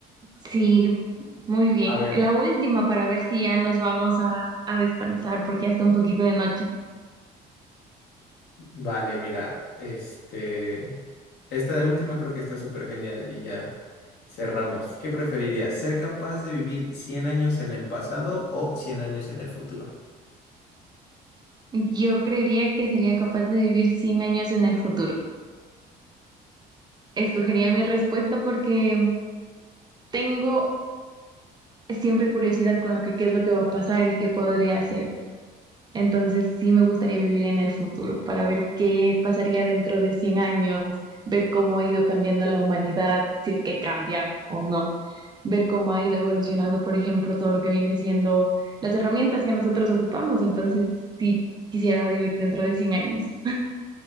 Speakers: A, on the right; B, on the left.
A: Sí, muy bien.
B: A ver,
A: La última para ver si ya nos vamos a, a descansar porque ya está un poquito de noche.
B: vale, mira, este, esta de última creo que está súper genial y ya cerramos. ¿Qué preferirías? ¿Ser capaz de vivir 100 años en el pasado o 100 años en el futuro?
A: Yo creería que sería capaz de vivir 100 años en el futuro. escogería mi respuesta porque tengo siempre curiosidad con lo que qué es lo que va a pasar y qué podría hacer. Entonces sí me gustaría vivir en el futuro para ver qué pasaría dentro de 100 años, ver cómo ha ido cambiando la humanidad, si es que cambia o no, ver cómo ha ido evolucionando, por ejemplo, todo lo que viene siendo las herramientas que nosotros ocupamos. Entonces sí quisiera vivir dentro de cien años.